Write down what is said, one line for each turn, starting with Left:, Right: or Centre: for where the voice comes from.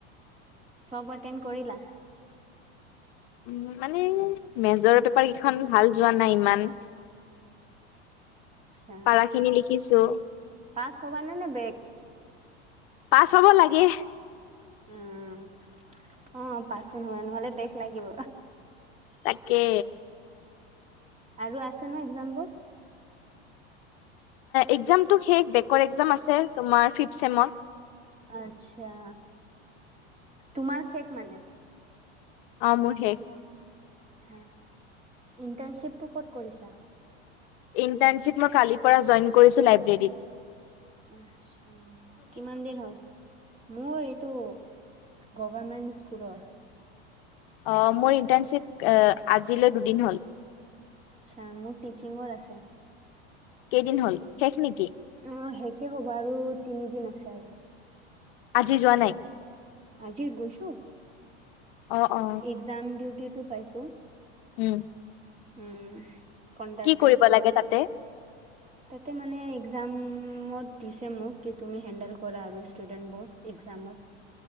Right: চব এতেণ্ড কৰিলা?
Left: উম মানে মেজৰ পেপাৰ কেইখন ভাল যোৱা নাই ইমান।
Right: আচ্ছা
Left: পাৰা খিনি লিখিছো
Right: পাছ হবা নে বেক?
Left: পাছ হব লাগে।
Right: উম অ', পাছ <unintelligible> বেক লাগিব।
Left: তাকে।
Right: আৰু আছে ন এক্জামবোৰ?
Left: একজামটো শেষ, বেকৰ এক্জাম আছে তোমাৰ ফিফট চেমৰ।
Right: আচ্ছা, তোমাৰ শেষ মানে?
Left: অ', মোৰ শেষ।
Right: আচ্ছা। ইণ্টাৰ্ণশ্বিপটো ক'ত কৰিছা?
Left: ইণ্টাৰনশিপ মই কালি পৰা জইন কৰিছোঁ লিব্ৰে
Right: আচ্ছা। কিমান দিন হ'ল? মোৰ টো গভৰ্মেন স্কুলৰ।
Left: অ', মোৰ ইণ্টাৰ্ণশ্বিপ আজিলৈ দুদিন হ'ল।
Right: আচ্ছা মোৰ টিচিঙৰ আছে।
Left: কেই দিন হল, শেষ নেকী?
Right: অহ', শেষেই হ'ব আৰু তিনিদিন আছে আৰু।
Left: আজি যোৱা নাই?
Right: আজি গৈছো।
Left: অ অ
Right: একজাম দিওতেটো পাইছো।
Left: উম।
Right: উম। কণ্ডাক্টেদ
Left: কি
Right: কৰিব।
Left: লাগে তাতে
Right: তাতে মানে একজাম উম, মত দিছে মোক কি তুমি হেণ্ডেল কৰা আৰু ষ্টুডেন্ট বোৰ একজামত।